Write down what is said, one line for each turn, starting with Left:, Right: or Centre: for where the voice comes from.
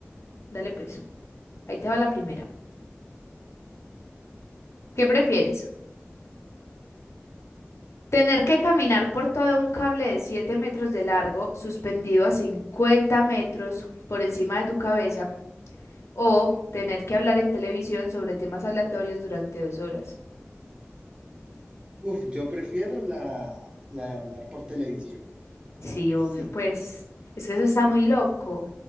Left: Dale pues. Ahí te va la primera. ¿Qué prefieres? ¿Tener que caminar por todo un cable de 7 metros de largo, suspendido a 50 metros por encima de tu cabeza? O tener que hablar en televisión sobre temas aleatorios durante dos horas.
Right: Uf, yo prefiero la, la de hablar por televisión.
Left: Sí,
Right: Sí,
Left: obvio, pues es que eso está muy loco.